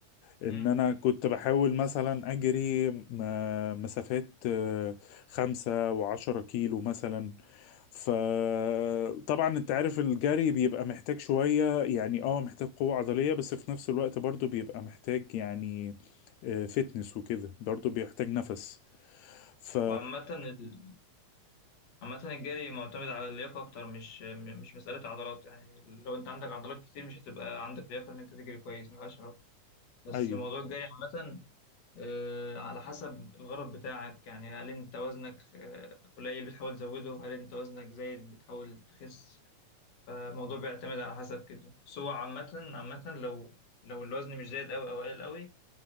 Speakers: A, on the left; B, on the left.
A: ان
B: مم.
A: انا كنت بحاول مثلا اجري م- مسافات آه، خمسة وعشرة كيلو مثلا فطبعا انت عارف الجري بيبقى محتاج شوية يعني اه محتاج قوة عضلية بس في نفس الوقت برضو بيبقى محتاج يعني آه، فتنس وكده برضو بيحتاج نفس ف
B: وعامة ال... عامة الجري معتمد على اللياقة أكتر مش م- مش مسألة عضلات يعني لو أنت عندك عضلات كتير مش هتبقى عندك لياقة إن أنت تجري كويس ملهاش علاقة بس
A: أيوه.
B: موضوع الجري عامة آه، على حسب الغرض بتاعك يعني هل انت وزنك آه، قليل بتحاول تزوده هل انت وزنك زايد بتحاول تخس فالموضوع بيعتمد على حسب كده بس هو عامة عامة لو لو الوزن مش زايد أوي أو قليل أوي